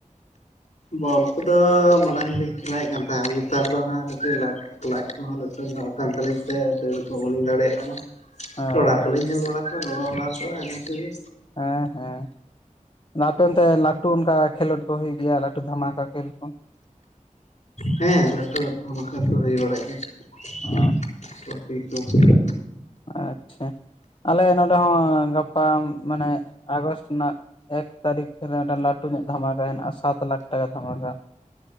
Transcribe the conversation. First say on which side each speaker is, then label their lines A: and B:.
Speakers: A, on the left; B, on the left.
A: ᱵᱚᱞ ᱠᱩᱫᱚ ᱢᱟᱲᱟᱝᱞᱤᱧ ᱠᱷᱮᱞᱟᱭᱮᱫ ᱠᱟᱱ ᱛᱟᱦᱮᱸᱱᱟ ᱱᱮᱛᱟᱨ ᱫᱚ ᱱᱟᱦᱟᱜ ᱠᱟᱹᱴᱤᱡ ᱞᱟ ᱞᱟᱡ ᱠᱚᱦᱚᱸ ᱞᱟᱴᱩ ᱧᱚᱜ ᱠᱟᱱ ᱛᱟᱹᱞᱤᱧ ᱛᱮ ᱫᱟᱹᱲ ᱠᱚ ᱵᱟᱹᱞᱤᱧ ᱫᱟᱲᱮᱭᱟᱜ ᱠᱟᱱᱟ
B: ᱦᱳᱭ
A: ᱠᱚᱲᱟ ᱠᱚᱞᱤᱧ
B: ᱟᱪᱪᱷᱟ
A: ᱧᱮᱞ ᱵᱟᱲᱟ ᱠᱚᱣᱟ ᱜᱚᱲᱚ ᱵᱟᱲᱟ ᱠᱚᱣᱟ ᱚᱱᱟ ᱛᱮᱜᱮ
B: ᱮᱸ ᱦᱮᱸ ᱟᱯᱮ ᱚᱱᱛᱮ ᱞᱟᱹᱴᱩ ᱚᱝᱠᱟ ᱠᱷᱮᱞᱳᱰ ᱠᱚ ᱦᱩᱭᱩᱜ ᱜᱮᱭᱟ ᱞᱟᱹᱴᱩ ᱫᱷᱟᱢᱟᱠᱟ ᱠᱷᱮᱞ ᱠᱚ?
A: ᱦᱮᱸ ᱞᱟᱹᱴᱩ ᱫᱷᱟᱢᱟᱠᱟ ᱠᱚ ᱦᱩᱭ ᱵᱟᱲᱟᱜ ᱜᱮᱭᱟ
B: ᱚ
A: <unintelligible>
B: ᱟᱪᱪᱷᱟ ᱟᱞᱮ ᱱᱚᱸᱰᱮ ᱦᱚᱸ ᱜᱟᱯᱟ ᱢᱟᱱᱮ ᱟᱜᱚᱥᱴ ᱱᱟᱜ ᱮᱠ ᱛᱟᱹᱨᱤᱠᱷ ᱨᱮ ᱢᱤᱫᱴᱟᱝ ᱞᱟᱹᱴᱩ ᱧᱚᱜ ᱫᱷᱟᱢᱟᱠᱟ ᱦᱮᱱᱟᱜᱼᱟ ᱥᱟᱛ ᱞᱟᱠᱷ ᱴᱟᱠᱟ ᱫᱷᱟᱢᱟᱠᱟ